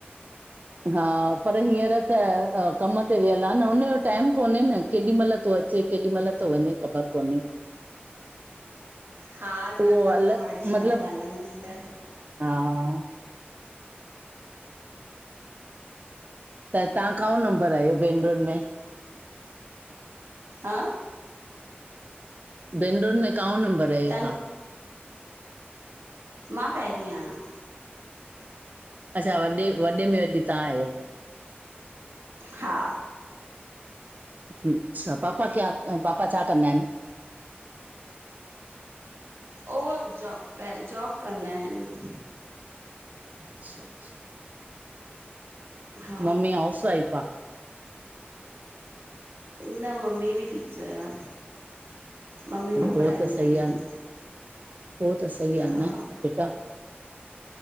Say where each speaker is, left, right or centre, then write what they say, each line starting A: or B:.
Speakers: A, on the right; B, on the right.
A: हा, पर हींअर त कम ते वियल आ न हुन जो टाइम कोन्हे न। केॾी मल तो अचे, केॾी मल तो वञे, ख़बर कोन्हे।
B: हा न
A: उहो
B: न
A: अलॻि
B: पो, हाणे छा
A: मतिलब
B: आहे? ॻाल्हाईंदासीं त!
A: हा त तव्हां काओं नंबर आयो बेनुरुन में?
B: हा!
A: भेनूरून में काओ नंबर? आहियो
B: त
A: तव्हां
B: मां पहिरीं आहियां।
A: अच्छा, वॾे वॾे में वॾी तव्हां आहियो।
B: हा।
A: अच्छा, पापा क्या- पापा छा कंदा आहिनि?
B: ओ जॉब प जॉब कंदा आहिनि।
A: अचछा - अच्छ
B: हा
A: मम्मी हाउसवाइफ आ?
B: न, मम्मी बि टीचर आ, मम्मी
A: अरे
B: बि
A: पोइ
B: पढ़ाईंदा
A: त सही
B: आहिनि।
A: आहे न पो त सही आ
B: हा
A: न, बेटा?